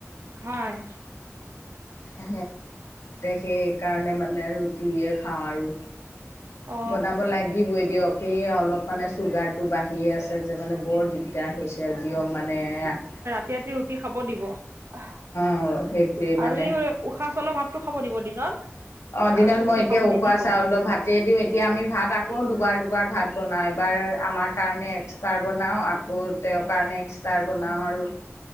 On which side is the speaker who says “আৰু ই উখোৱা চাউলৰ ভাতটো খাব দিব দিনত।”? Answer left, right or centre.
Right